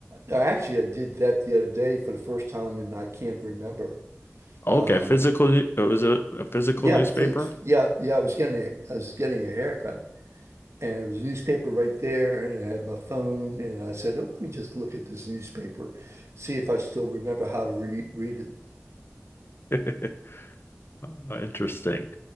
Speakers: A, on the right; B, on the left.
A: I actually I did that the other day for the first time, and I can't remember.
B: Okay,
A: Um,
B: physical, it was a, a physical
A: yeah,
B: newspaper.
A: f- yeah, yeah. I was getting a, I was getting a haircut, and it was a newspaper right there, and I had my phone, and I said, "Oh, let me just look at this newspaper, see if I still remember how to read read it."
B: <laughs> Interesting.